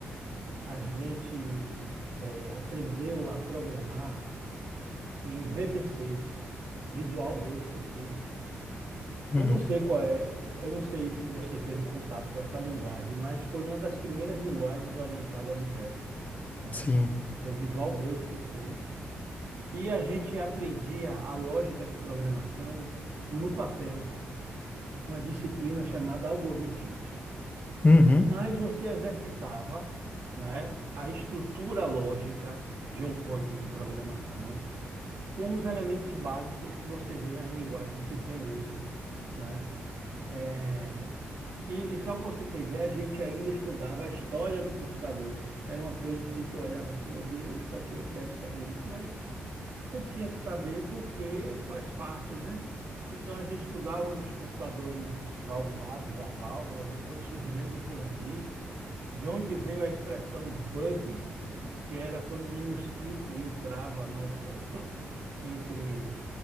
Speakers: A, on the right; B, on the left.
A: a gente é, aprendeu a programar em VB6, Visual Basic seis.
B: Uhum.
A: Eu não sei qual é, eu não sei se você teve contato com essa linguagem, mas foi uma das primeiras linguagens orientada a objeto, né?
B: Sim.
A: Foi o Visual Basic seis. E a gente aprendia a lógica de programação no papel, uma disciplina chamada algoritmos.
B: Uhum.
A: Mas você exercitava, né, a estrutura lógica de um código de programação com os elementos básicos que você vê nas linguagens que tem hoje, né? É, E, e só para você ter ideia, a gente ainda estudava a história do computador. Era uma coisa assim que eu olhava assim, meu Deus, para que eu quero saber isso? Mas você tinha que saber porque faz parte, né? Então a gente estudava os computadores valvulados, a válvula, depois o surgimento do transistor, de onde veio a expressão bug, que era quando um mosquito entrava no, no- <laughs> entre